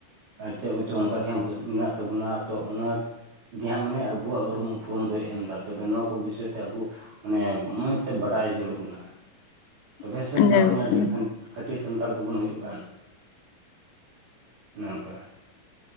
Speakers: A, on the right; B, on the left.
A: ᱟᱨ ᱪᱮᱫ ᱠᱚᱪᱚᱝ ᱚᱱᱠᱟ ᱜᱮ ᱦᱟᱜ ᱢᱮᱱᱟᱜ ᱛᱟᱵᱚᱱᱟ᱾ ᱛᱚ ᱚᱱᱟ ᱜᱮ ᱦᱟᱸᱜ ᱢᱟᱱᱮ ᱟᱵᱚᱣᱟᱜ ᱩᱨᱩᱢ ᱩᱯᱨᱩᱢ ᱫᱚᱭ ᱮᱢ ᱫᱟ᱾ ᱛᱚᱵᱮ ᱱᱚᱣᱟ ᱠᱚ ᱵᱤᱥᱚᱭ ᱛᱮ ᱟᱵᱚ ᱢᱟᱱᱮ ᱢᱚᱸᱡᱽ ᱛᱮ ᱵᱟᱰᱟᱭ ᱡᱩᱲᱩᱲ ᱵᱚᱱᱟ᱾
B: <unintelligible>
A: ᱛᱚᱵᱮ ᱥᱮᱱ ᱫᱚ
B: ᱡᱟᱹᱨᱩᱲ
A: ᱦᱟᱜ
B: ᱠᱟᱱᱟ
A: ᱟᱹᱰᱤ ᱠᱷᱟᱹᱴᱤ ᱥᱟᱱᱛᱟᱲ ᱫᱚᱵᱚᱱ ᱦᱩᱭᱩᱜ ᱠᱟᱱ᱾ ᱚᱱᱮ ᱚᱝᱠᱟ